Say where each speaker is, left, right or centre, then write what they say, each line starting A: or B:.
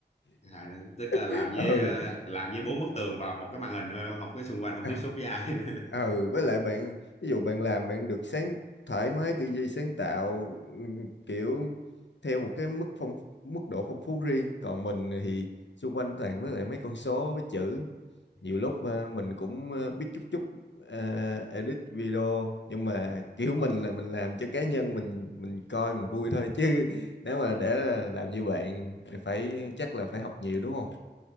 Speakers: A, on the left; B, on the left.
A: À, tức là
B: <laughs>
A: làm với
B: ừ
A: ờ, làm với bốn bức tường vào một cái màn hình thôi không có xung quanh không
B: à,
A: tiếp xúc với ai <laughs>
B: ừ với lại bạn ví dụ bạn làm bạn được sáng thoải mái tư duy sáng tạo ừm, kiểu theo một cái mức phong mức độ phong phú riêng còn mình thì xung quanh toàn với lại mấy con số với chữ nhiều lúc ờ, mình cũng ờ, biết chút chút ờ, edit video nhưng mà kiểu mình là mình làm cho cá nhân mình mình coi mình vui thôi chứ nếu mà để là làm như bạn thì phải chắc là phải học nhiều đúng không